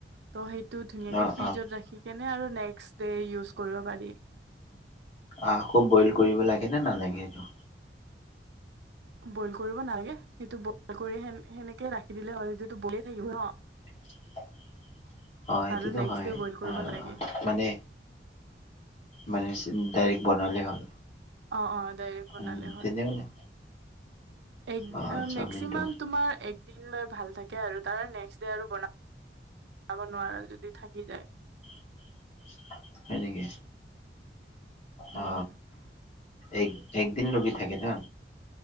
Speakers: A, on the right; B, on the left.
A: ত সেইটো ধুনীয়াকে
B: অ
A: ফ্ৰিজত
B: অ',
A: ৰাখি কেনে আৰু নেক্সট ডে ইউজ কৰিব পাৰি।
B: আহকু বইল কৰিব লাগে নে নালাগে সেইটো
A: বইল কৰিব নালাগে সেইটো বইল কৰি সেনেকে ৰাখি দিলে হ'ল যটো বলেিয়ে থাকিব ন।
B: <inaudible> অ এইটোতো
A: আৰু নেক্সট
B: হয়
A: ডে বইল কৰিব
B: আহ
A: নালাগে
B: মানে মানে ডাইৰেক্ট বনালে হ'ল।
A: অ অ ডাইৰেক্ট বনালে
B: উম, তেনেহ'লে
A: হ'ল এক
B: অ চাওমিনটো
A: মেক্সিমাম তুমাৰ দিন লৈ ভাল থাকে আৰু তাৰ নেক্সট ডে আৰু বনাও। যাব নোৱাৰা যদি থাকি যায়।
B: <inaudible> নেকি?
A: উম,
B: অ এক- একদিন লগি থাকে ন